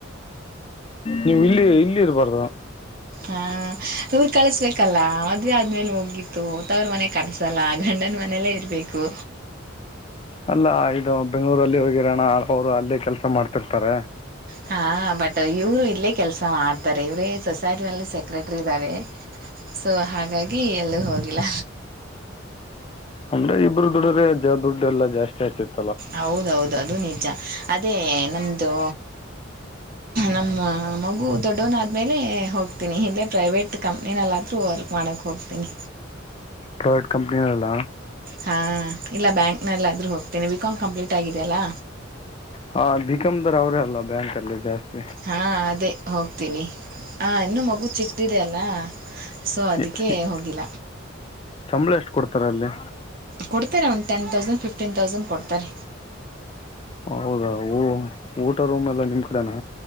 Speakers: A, on the left (about 30°); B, on the right (about 45°).
A: ನೀವು ಇಲ್ಲಿ ಇಲ್ಲಿ ಇರ್ಬಾರ್ದು.
B: ಹಾ ಇವ್ರು ಕಳಿಸಬೇಕು ಸಿಕ್ಕಲ್ಲ ಮದ್ವೆ ಆದ್ಮೇಲೆ ಮುಗ್ಗಿತ್ತು ತವರು ಮನೆ ಕಳ್ಸಲ್ಲ ಗಂಡನ ಮನೆೆಯಲ್ಲ ಇರ್ಬೇಕು.
A: ಅಲ್ಲ ಇದು ಬೆಂಗ್ಗಳೂರಲ್ಲಿ ಹೋಗಿರೋಣ ಅವ್ರು ಅಲ್ಲೇ ಕೆಲ್ಸ ಮಾಡ್ತಿರ್ತಾರೆ
B: ಹಾ ಬಟ್ ಇವ್ರು ಇಲ್ಲೇ ಕೆಲ್ಸ ಮಾಡ್ತಾರೆ ಇವ್ರೇ. ಸೊಸೈಟಿನಲ್ಲಿ ಸೆಕ್ರೆಟ್ರ ಇದ್ದಾರೆ ಸೊ ಹಾಗಾಗಿ ಎಲ್ಲಲೂ ಹೋಗಿಲ್ಲ.
A: ಅಂದ್ರೆ ಇಬ್ಬರು ದೂಡುದ್ರೆ ದುಡ್ಡು ಎಲ್ಲ ಜಾಸ್ತಿ ಆಯತಿಲಾ.
B: ಹೌದೌದು ಅದು ನಿಜ ಅದೇ ನಮ್ದು. ನಮ್ಮ ಮಗು ದೊಡ್ಡವನ ಆದ್ಮೇಲೆ ಹೋಗ್ತೀನಿ ಹಿಂದೆ ಪ್ರೈವೇಟ್. ಕಂಪನಿನಲ್ಲಾದರೂ ವರ್ಕ್ ಮಾಡಕ್ಕೆ ಹೋಗ್ತೀನಿ.
A: ಪ್ರೈವೆಟ್ ಕಂಪನಿನಲ್ಲ.
B: ಹಾ ಇಲ್ಲ ಬ್ಯಾಂಕ್ನಲ್ಲಾದ್ರೂ ಹೋಗ್ತೇನೀ ಬಿಕಾಂ ಕಂಪ್ಲೀಟ್ ಆಗಿದೆಯಲ್ಲಾ.
A: ಹಾ ಬಿಕಾಂದರ ಅವ್ರೇ ಅಲ್ಲ ಬ್ಯಾಂಕ ಅಲ್ಲಿ ಜಾಸ್ತಿ.
B: ಹಾ ಅದೇ ಹೋಗ್ತೀವಿ ಹಾ ಇನ್ನೂ ಮಗು ಚಿಕ್ತಿದೆಯಲ್ಲ. ಸೊ ಅದಕ್ಕೆ
A: ಎ- ಎ-
B: ಹೋಗಿಲ್ಲ.
A: ಸಂಬಳ ಎಷ್ಟು ಕೊಡ್ತಾರೆ ಅಲ್ಲಿ
B: ಕೊಡ್ತಾರೆ one ten thousand fifteen thousand ಕೊಡತಾರೆ.
A: ಹೌದಾ ಊಟ ರೂಮ್ ಎಲ್ಲ ನಿಮ್ ಕಡೆನಾ.